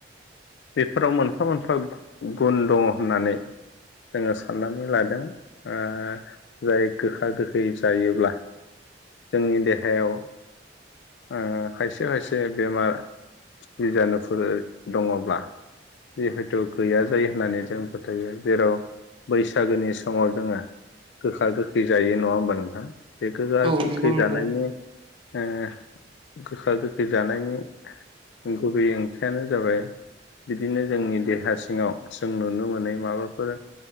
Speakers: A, on the left; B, on the right.
A: बेफोराव मोनफा मोनफा गुन दङ होननानै जोङो साननानै लादों ओ जाय गोखा गोखै जायोब्ला जोंनि देहायाव ओ खायसे खायसे बेमार बिजानुफोर दङब्ला जि हयथ' गैया जायो होननानै जों फोथायो जेराव बैसागोनि समाव जोङो गोखा गोखै जायो नङा होमबा नोंथां? बे गोगा
B: औ
A: गोखै
B: नंगौ नंगौ
A: जानायनि ओ गोखा गोखै जानायनि गुबै ओंथियानो जाबाय बिदिनो जोंनि देहा सिङाव जों नुनो मोनै माबाफोर